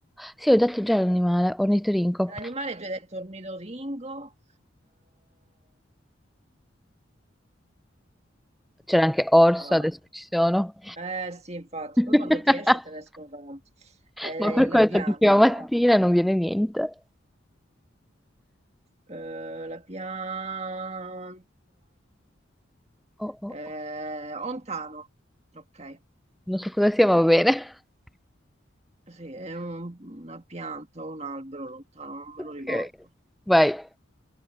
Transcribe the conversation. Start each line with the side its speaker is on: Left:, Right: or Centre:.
Centre: Sì, ho detto già l'animale, ornitorinco.
Right: l'animale tu hai detto ornitoringo.
Centre: C'era anche orso,
Right: Ehm, ah,
Centre: adesso ci sono.
Right: eh sì, infatti,
Centre: <laughs>
Right: poi quando ti esce te ne escono tanti. Eh,
Centre: Ma per questo
Right: la pianta,
Centre: di prima mattina non viene niente.
Right: eh, la pianta,
Centre: Oh, oh,
Right: eh,
Centre: oh.
Right: ontano, ok.
Centre: Non so cosa sia, ma va bene. <laughs>
Right: Sì, è un- una pianta o un albero lontano, non me
Centre: Ok.
Right: lo ricordo.
Centre: Vai.